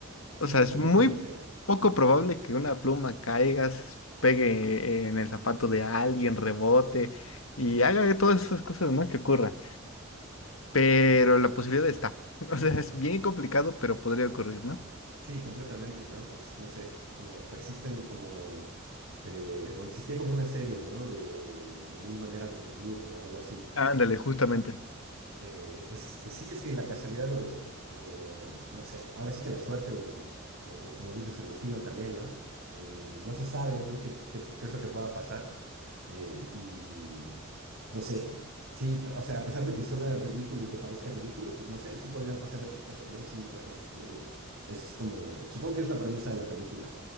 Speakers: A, on the right; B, on the left.
A: sí,
B: O sea, es
A: completamente.
B: muy poco probable que una pluma caiga, se pegue en el zapato de alguien, rebote y haga de todas esas cosas, ¿no? Que ocurran. Pero la posibilidad está. <laughs> O sea, es bien complicado, pero podría ocurrir, ¿no?
A: Sí, completamente, ¿no? Pues no sé, como pues, existen como, eh, o existía como una serie, ¿no? De, de mil maneras de morir o algo así,
B: Ándale, justamente.
A: eh, pues, pues sí, es que la casualidad o, o, no sé, ahora sí que la suerte o, o- o como dices, el destino también, ¿no? Eh, no se sabe, ¿no? ¿Qué, qué- qué es lo que pueda pasar? Eh, y no sé, sí, t- o sea, a pesar de que suena ridículo y que parezca ridículo, pues no sé, sí podrían pasar esas cosas, ¿no? Sí, re- este, es como, supongo que es la premisa de la película,